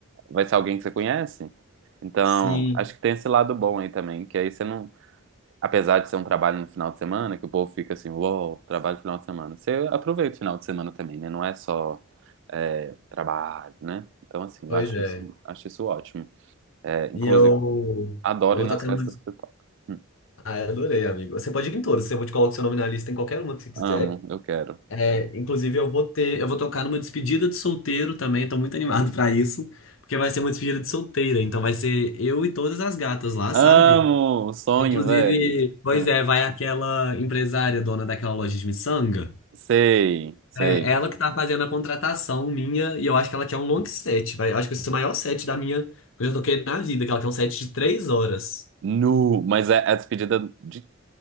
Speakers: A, on the right (about 65°); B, on the left (about 75°).
A: vai ser alguém que você conhece. Então,
B: Sim,
A: acho que tem esse lado bom aí também, que aí você não, apesar de ser um trabalho no final de semana, que o povo fica assim, uou, trabalho no final de semana. Você aproveita o final de semana também, né? Não é só é, trabalho, né? Então, assim, eu
B: pois
A: acho
B: é.
A: isso, acho isso ótimo. É, inclusive,
B: E eu,
A: adoro
B: eu vou
A: ir nas
B: tocar
A: festas
B: numa.
A: que você toca. Hum,
B: Ah, eu adorei, amigo. Você pode ir em todas, eu vou te colocar seu nome na lista em qualquer uma que você quiser.
A: amo, eu quero.
B: É, inclusive, eu vou ter, eu vou tocar numa despedida de solteiro também, tô muito animado <laughs> pra isso, porque vai ser uma despedida de solteira, então vai ser eu e todas as gatas lá,
A: Amo!
B: sabe?
A: Sonho,
B: Inclusive,
A: velho.
B: pois
A: <laughs>
B: é, vai aquela empresária dona daquela loja de miçanga.
A: Sei, sei.
B: É ela que tá fazendo a contratação minha, e eu acho que ela quer um long set, vai, eu acho que esse é o maior set da minha que eu já toquei na vida, que ela quer um set de três horas.
A: Nu, mas é é a despedida de,